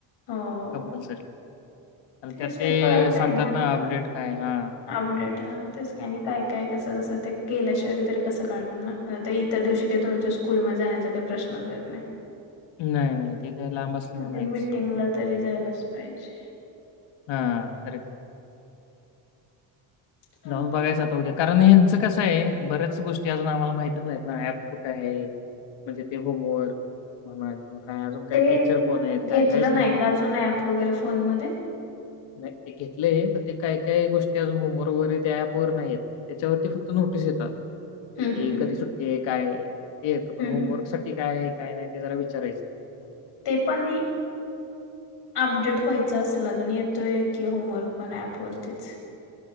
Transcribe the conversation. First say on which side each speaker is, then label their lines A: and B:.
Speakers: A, on the left; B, on the left.
A: हो.
B: कंपल्सरी कारण
A: त्याशिवाय
B: त्यात ते
A: कळत
B: सांगतात
A: नाही
B: ना अपडेट काय हा
A: अपडेट हा तेच की आणि काय? काय कस कसं ते गेल्याशिवाय तरी कसं कलणार ना आता त्या इतर दिवशी काय तुमच्या स्कूल म जाण्याचा काय प्रश् श्न येत नाय.
B: नाही, नाही. ते काय लांब असल्यामुळे
A: म ते
B: नाहीच.
A: मिटिंगला तरी जायलाच पाहिजे.
B: हा करेक्ट.
A: चालतंय
B: जाऊन बघायचं आता उद्या कारण ह्यांचं कसं ये बऱ्याच गोष्टी अजून आम्हाला माहितच नाहीत ना ऍप कुठ आहे? म्हणजे ते होम वर्क म्हणा म काय अजून काय
A: ते
B: टीचर कोण आहेत? काय
A: घेतलं
B: काहीच नाय
A: नाही
B: माहिती
A: का अजून ऍप वगैरे फोनमध्ये
B: नाय ते घेतलय पण ते काय काय गोष्टी अजून होमवर्क वगैरे त्या ऍपवर नाय येत त्याच्यावरती फक्त नोटीस येतात.
A: हम्म
B: की
A: हम्म हम्म
B: कधी सुट्टी आहे काय ते येत पण
A: हम्म
B: होमवर्क साठी काय ये? काय नाय ते जरा विचारायचंय.
A: ते पण नी अपडेट व्हायचं असेल अजून येतोय की होमवर्क पण अँप वरतीच